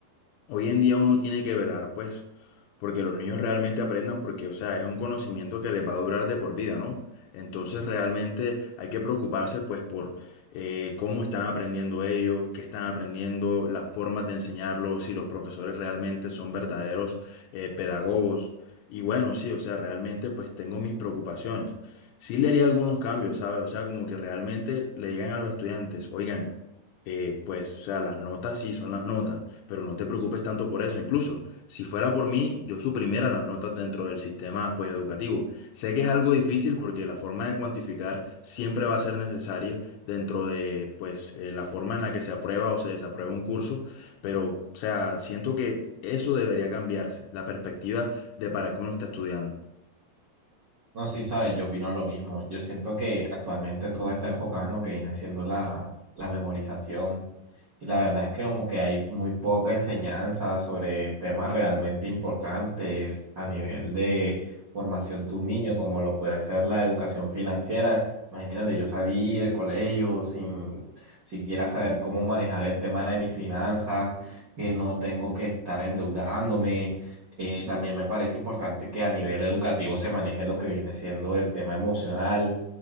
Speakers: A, on the left (about 85°); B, on the right (about 75°).
A: Hoy en día uno tiene que velar, pues, porque los niños realmente aprendan, porque, o sea, es un conocimiento que les va a durar de por vida, ¿no? Entonces, realmente hay que preocuparse, pues, por eh, cómo están aprendiendo ellos, qué están aprendiendo, las formas de enseñarlos, si los profesores realmente son verdaderos eh, pedagogos. Y bueno, sí, o sea, realmente, pues, tengo mis preocupaciones. Sí le haría algunos cambios, ¿sabes? O sea, como que realmente le digan a los estudiantes, oigan, eh, pues, o sea, las notas sí son las notas pero no te preocupes tanto por eso. Incluso, si fuera por mí, yo suprimiera las notas dentro del sistema, pues, educativo. Sé que es algo difícil porque la forma de cuantificar siempre va a ser necesaria dentro de, pues, eh, la forma en la que se aprueba o se desaprueba un curso, pero, o sea, siento que eso debería cambiarse, la perspectiva de para qué uno está estudiando.
B: No, sí, sabes, yo opino lo mismo. Yo siento que actualmente todo está enfocado en lo que viene siendo la, la memorización. Y la verdad es que como que hay muy poca enseñanza sobre temas realmente importantes a nivel de formación de un niño, como lo puede ser la educación financiera. Imagínate, yo salí del colegio sin siquiera saber cómo manejar el tema de mis finanzas, que no tengo que estar endeudándome. Eh, también me parece importante que a nivel educativo se maneje lo que viene siendo el tema emocional